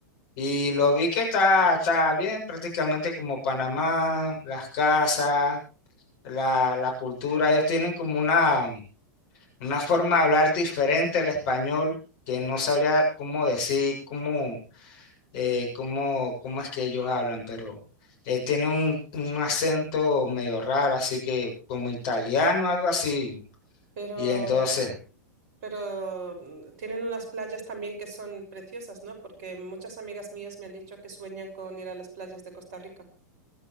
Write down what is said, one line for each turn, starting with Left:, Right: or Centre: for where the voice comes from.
Left: y lo vi que está, está bien, prácticamente como Panamá, las casas, la, la cultura, ellos tienen como una una forma de hablar diferente al español que
Right: Ujú.
Left: no sabría cómo decir, cómo, eh, cómo, cómo es que ellos hablan, pero eh, tiene un, un acento medio raro, así que como italiano, algo así.
Right: Pero,
Left: Y entonces,
Right: pero mm, tienen unas playas también que son preciosas, ¿no? Porque muchas amigas mías me han dicho que sueñan con ir a las playas de Costa Rica.